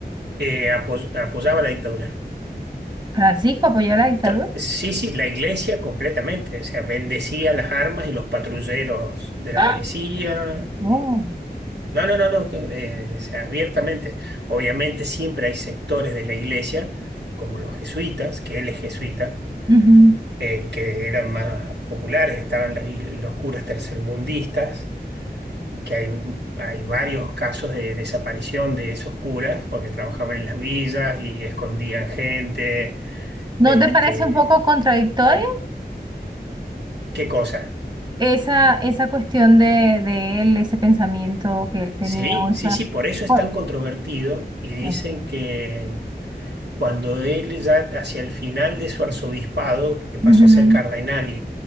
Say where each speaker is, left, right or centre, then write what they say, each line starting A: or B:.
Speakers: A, on the right (about 85°); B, on the right (about 25°).
A: eh, apo- apoyaba la dictadura.
B: Francisco apoyó la dictadura.
A: Ento- Sí, sí, la iglesia completamente, o sea, bendecía las armas y los patrulleros de la
B: ¡Ah!
A: policía.
B: Oh,
A: y- No, no, no, no, no, eh, o sea, abiertamente. Obviamente siempre hay sectores de la iglesia, como los jesuitas, que él es jesuita
B: ujú.
A: eh, que eran más populares, estaban las il- los curas tercermundistas, que hay, hay varios casos de desaparición de esos curas porque trabajaban en las villas y escondían gente,
B: ¿No
A: este,
B: te parece un poco contradictorio
A: qué cosa.
B: esa, esa cuestión de, de él, ese pensamiento que él tenía
A: Sí,
B: o esa...
A: sí, sí, por eso es
B: Oh,
A: tan controvertido y dicen
B: ok.
A: que cuando él ya hacia el final de su arzobispado, que pasó
B: Ujú,
A: a ser cardenal y,